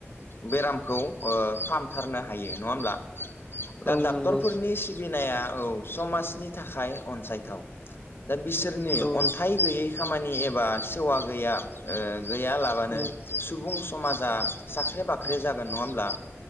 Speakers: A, on the left; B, on the left.
A: बेरामखौ ओ फाहामथारनो हायो नङा होमब्ला?
B: औ
A: दा डाक्टरफोरनि
B: नंगौ
A: सिबिनाया औ समाजनि थाखाय अनसायथाव। दा बिसोरनि
B: औ
A: अन्थाइ गैयै खामानि एबा सेवा गैया ओ गैया लाबानो
B: औ
A: सुबुं समाजा साख्रे बाख्रे जागोन नङा होमब्ला?